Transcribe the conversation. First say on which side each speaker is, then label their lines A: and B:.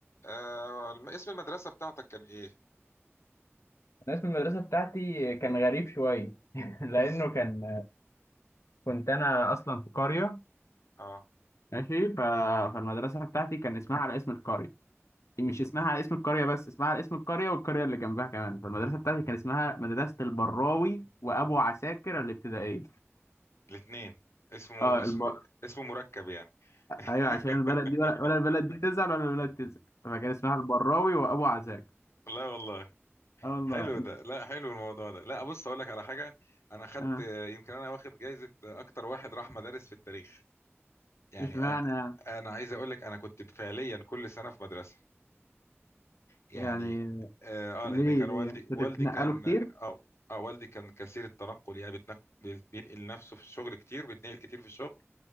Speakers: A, on the left; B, on the left.
A: آه الم- اسم المدرسة بتاعتك كان ايه؟
B: الناس في المدرسة بتاعتي كان غريب شوية <laughs> لأنه
A: ز-
B: كان كنت أنا أصلا في قرية
A: اه
B: ماشي ف... فالمدرسة بتاعتي كان اسمها على اسم القرية مش اسمها على اسم القرية بس اسمها على اسم القرية والقرية اللي جنبها كمان فالمدرسة بتاعتي كان اسمها مدرسة البراوي وأبو عساكر الابتدائية
A: الاثنين اسمه
B: اه
A: اسم
B: الب...
A: اسمه مركب يعني <laughs>
B: أيوه عشان البلد دي ولا, ولا البلد دي تزعل ولا البلد تزعل فكان اسمها البراوي وأبو عساكر
A: لا والله
B: اه والله
A: حلو ده لا حلو الموضوع ده لا بص اقول لك على حاجة انا خدت
B: اه
A: يمكن انا واخد جايزة اكتر واحد راح مدارس في التاريخ يعني
B: اشمعنى
A: آه، انا عايز اقول لك انا كنت فعليا كل سنة في مدرسة يعني
B: يعني يعني
A: اه
B: ليه
A: آه، لان كان
B: ليه
A: والدي والدي
B: كنت بتنقلوا
A: كان
B: كتير؟
A: اه اه والدي كان كثير التنقل يعني بيتنق- بينقل نفسه في الشغل كتير بيتنقل كتير في الشغل